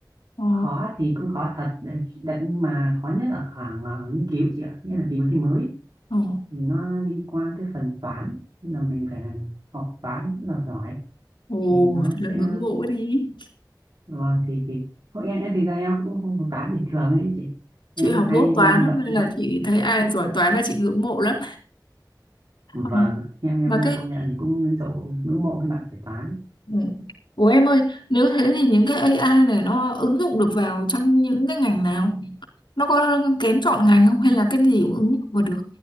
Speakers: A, on the left; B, on the right.
A: ồ,
B: khó thì cũng khó thật đấy, đặt nhưng mà khó nhất là khoảng à, nghiên cứu chị ạ nghĩa là tìm một cái mới
A: ồ,
B: thì nó liên quan tới phần toán nên là mình phải học toán rất là giỏi
A: ồ,
B: thì nó
A: thật
B: sẽ
A: là ngưỡng mộ cái đi.
B: vâng thì thì hội em em thực ra em cũng không hợp tán bình thường ấy chị em
A: Chị học
B: hai
A: dốt
B: bên
A: toán lắm
B: vận
A: nên
B: vận
A: là chị thấy ai giỏi toán là chị ngưỡng mộ lắm.
B: vâng
A: Ờ,
B: em em
A: mà cái
B: công nhận cũng ngưỡng mộ ngưỡng mộ cái bạn phải tán
A: ừ. Ủa em ơi, nếu thế thì những cái AI này nó ứng dụng được vào trong những cái ngành nào? Nó có kén chọn ngành không hay là cái gì cũng ứng dụng vào được?